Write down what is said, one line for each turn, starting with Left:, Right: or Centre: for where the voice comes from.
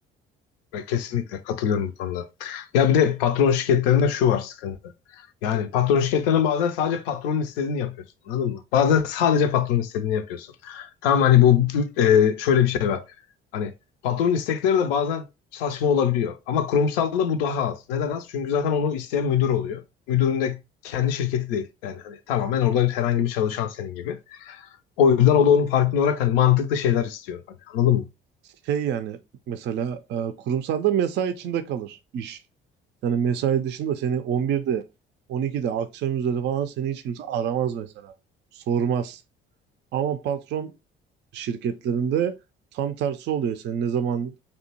Left: Ben kesinlikle katılıyorum bu konuda. Ya bir de patron şirketlerinde şu var sıkıntı. Yani patron şirketlerinde bazen sadece patronun istediğini yapıyorsun. Anladın mı? Bazen sadece patronun istediğini yapıyorsun. Tamam hani bu e, şöyle bir şey var. Hani patronun istekleri de bazen saçma olabiliyor. Ama kurumsalda bu daha az. Neden az? Çünkü zaten onu isteyen müdür oluyor. Müdürün de kendi şirketi değil. Yani hani tamamen orada herhangi bir çalışan senin gibi. O yüzden o da onun farkında olarak hani mantıklı şeyler istiyor. Hani anladın mı?
Right: Şey yani mesela e, kurumsalda mesai içinde kalır iş. Yani mesai dışında seni 11'de, 12'de, akşam üzeri falan seni hiç kimse aramaz mesela. Sormaz. Ama patron şirketlerinde tam tersi oluyor. Seni ne zaman